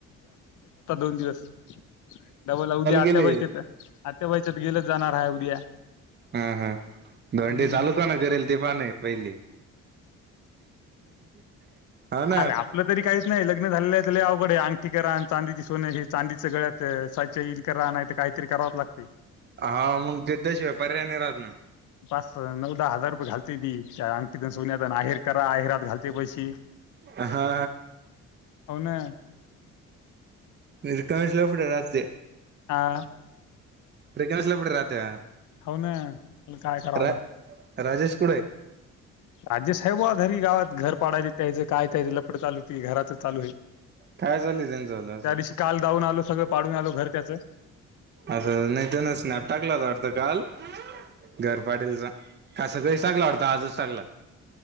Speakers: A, on the left (about 80°); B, on the right (about 35°).
A: दिल्या
B: केले
A: आ आच्या गेल जाणार- आहे उद्या-
B: हा हा
A: हम्म
B: भंडी चालू काणा करेल तेीफ नाही पहिली हा ना
A: अरे आपलं तरी काहीच नाही लग्न झालेलं आहे त- डे अंगठी करा चांदीची सोने हे चांदीच्या गळ्यात साय इलकर नाही काहीतरी करावच लागते-
B: हा मग ते त्याच्याशिवाय पर्याय नि राहात ना-
A: पाच नऊ दहा हजार- घालते काय अंगठीय नाहीर करा अहिरात घालते पैसे
B: हा हा
A: हो ना
B: नि कमीशला पुढ र्री
A: हा
B: प्रिकांश ला पु राहते
A: हो ना काय करा आता
B: रा राजेश कुडे
A: राजे साहेब घरी गावात घर पाडायला त्या्यायचं काय त्यायचं लपड चालूती घराचं चालू आहे
B: काय चालली त्यांचालं असं
A: त्या दिवशी काल जाऊन आलो सगळं पाडून आलो घर त्याचं
B: असं नाही त्यानचॅप टाकला होता वाटतं काल घर पाटीलचा का स काळी टाकला वाटता आजच टाकला